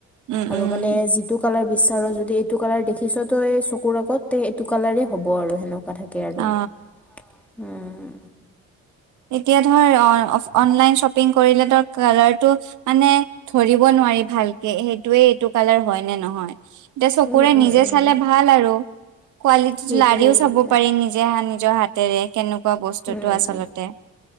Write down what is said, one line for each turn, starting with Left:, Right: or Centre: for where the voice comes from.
Right: উম
Centre: আৰু
Right: উম
Centre: মানে। এইটো কালাৰ বিচাৰ যদি এইটো কালাৰ দেখিছ ত এই চকুৰ আগত তে এইটো কালাৰেই হ'ব আৰু সেনেকুৱা। থাকে আৰু
Right: অ
Centre: উম।
Right: এতিয়া ধৰ অনলাইন শ্বপিং কৰিলে ধৰ কালাৰটো মানে। ধৰিব নোৱাৰি ভালকে সেইটোয়ে এইটো কালাৰ হয় নে নহয়। এতিয়া চকুৰে
Centre: উম, উম,
Right: নিজে
Centre: উম।
Right: চালে ভাল আৰু। কোৱালিটিটো
Centre: সেইটোৱে
Right: লাৰিও
Centre: সেইটোৱে।
Right: চাব পাৰি নিজে হা, নিজৰ হাত-। তেৰে কেনেকুৱা বস্তুটো
Centre: উম,
Right: আচলতে?
Centre: উম।